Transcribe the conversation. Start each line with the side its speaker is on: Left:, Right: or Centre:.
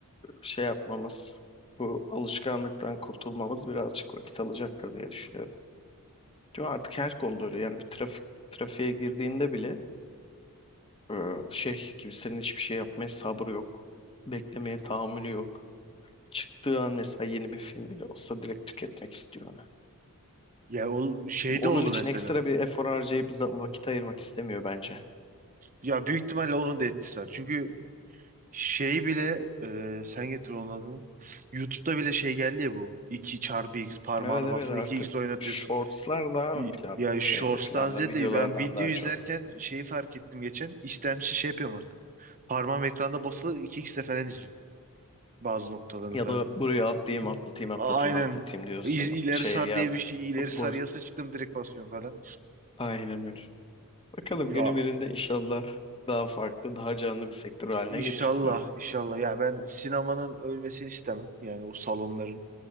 Left: şey yapmamız, bu alışkanlıktan kurtulmamız birazcık vakit alacaktır diye düşünüyorum. Çünkü artık her konuda öyle yani bir trafik trafiğe girdiğinde bile e, şey kimsenin hiçbir şey yapmaya sabrı yok. Beklemeye tahammülü yok. çıktığı an mesela yeni bir film bile olsa direkt tüketmek istiyor onu.
Right: Ya o şey
Left: Bu- Onun
Right: de oldu
Left: için
Right: mesela.
Left: ekstra bir efor harcayıp za- vakit ayırmak istemiyor bence.
Right: Ya büyük ihtimalle onun da etkisi var. Çünkü Şey bile e, sen getir onun adını. YouTube'da bile şey geldi ya bu. 2 çarpı x parmağını
Left: Evet evet
Right: bastı
Left: artık
Right: iki x oynatıyorsun.
Left: shortslar daha
Right: Y-
Left: mı plan
Right: Ya
Left: şeyde
Right: Shorts'tan
Left: planda
Right: ziyade
Left: videolardan
Right: ben video
Left: daha
Right: izlerken
Left: çok.
Right: şeyi fark ettim geçen. İstemsiz şey şey yapıyorum artık. Parmağım ekranda basılı iki xle falan izliyorum. Bazı noktalarını
Left: Ya
Right: falan.
Left: da buraya atlayayım
Right: Hı.
Left: atlatayım atlatayım
Right: A- Aynen.
Left: atlatayım diyorsun.
Right: İ- İleri
Left: Şey
Right: sar
Left: ya
Right: diye bir şey. ileri
Left: bu, bu-
Right: sar yasa çıktım direkt basıyorum falan.
Left: aynen öyle. Bakalım
Right: Ya
Left: günü birinde inşallah daha farklı, daha canlı bir sektör haline
Right: inşallah
Left: gelirsin ama.
Right: inşallah. Yani ben sinemanın ölmesini istemem. Yani o salonların.